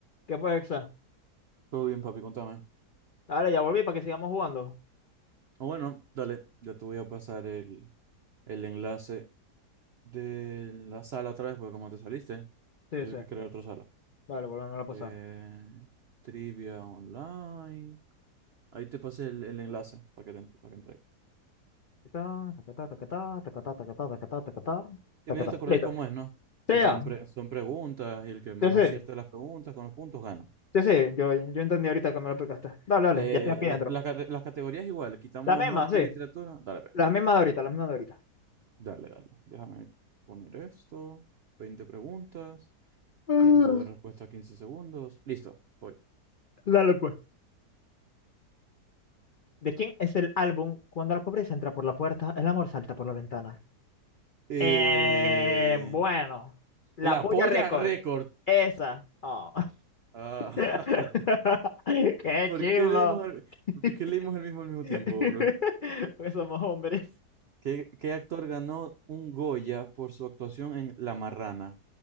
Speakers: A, on the left; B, on the right.
A: ¿Qué pues, Exa?
B: Todo bien, papi, contame.
A: Dale, ya volví para que sigamos jugando.
B: Ah, Bueno, dale, yo te voy a pasar el, el enlace de la sala otra vez, porque como te saliste,
A: Sí,
B: tuve
A: sí.
B: que crear otra sala.
A: Dale, volvemos a pasar.
B: Eh, trivia online. Ahí te pasé el, el enlace para que, te ent- para que entres.
A: Ta, ta, ta, ta, ta, ta, ta, ta, ta, ta, ta, ta, ta, ta, ta, ta,
B: Y medio
A: ta, ta.
B: te acordé
A: Listo.
B: cómo es, ¿no?
A: Sí,
B: Que son,
A: ya.
B: pre- son preguntas y el que más
A: Sí, sí.
B: acierte las preguntas con los puntos gana.
A: Sí, sí. Yo, yo entendí ahorita que me lo explicaste. Dale, dale.
B: Eh,
A: Ya estoy aquí dentro.
B: las, las cate- las categorías igual, quitamos
A: La misma,
B: arte
A: sí.
B: y literatura. Dale, pues.
A: La misma de ahorita, la misma de ahorita.
B: Dale, dale. Déjame poner esto. 20 preguntas.
A: Ah,
B: Tiempo de respuesta 15 segundos. Listo, voy.
A: Dale, pues. ¿De quién es el álbum Cuando la pobreza entra por la puerta, el amor salta por la ventana?
B: Eh,
A: Eh, bueno. La
B: la
A: polla
B: polla
A: récord.
B: récord.
A: Esa. Oh.
B: Ah, <laughs>
A: <laughs> Qué
B: ¿Por
A: chimbo.
B: qué leímos al-
A: <laughs>
B: por qué leímos el mismo al mismo
A: <laughs>
B: tiempo, bro?
A: Porque somos hombres.
B: ¿Qué, qué actor ganó un Goya por su actuación en La Marrana?